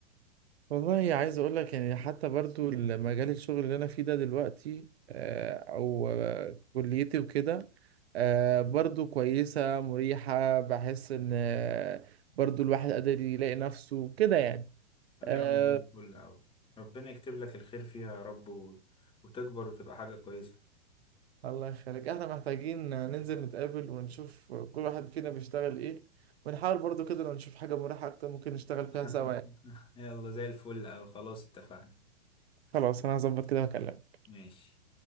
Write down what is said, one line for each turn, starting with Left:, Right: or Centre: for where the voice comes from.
Right: والله عايز اقول لك يعني حتى برضو مجال الشغل اللي انا فيه ده دلوقتي آه، او آه، كليتي وكده آه، برضو كويسة مريحة بحس ان آه، برضو الواحد قادر يلاقي نفسه كده يعني
Left: طب
Right: آه،
Left: يا عم زي الفل اوي ربنا يكتب لك الخير فيها يا رب و... وتكبر وتبقى حاجة كويسة
Right: الله يخليك احنا محتاجين ننزل نتقابل ونشوف كل واحد فينا بيشتغل ايه ونحاول برضو كده لو نشوف حاجة مريحة اكتر ممكن نشتغل
Left: <laughs>
Right: فيها سوا يعني
Left: يلا زي الفل او خلاص اتفقنا
Right: خلاص انا هظبط كده واكلمك
Left: ماشي